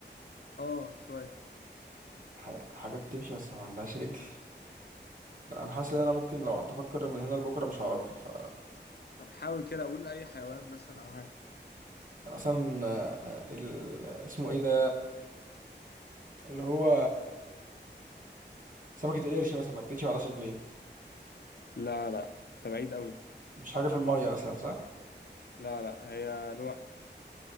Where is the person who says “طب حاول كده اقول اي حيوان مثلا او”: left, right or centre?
Left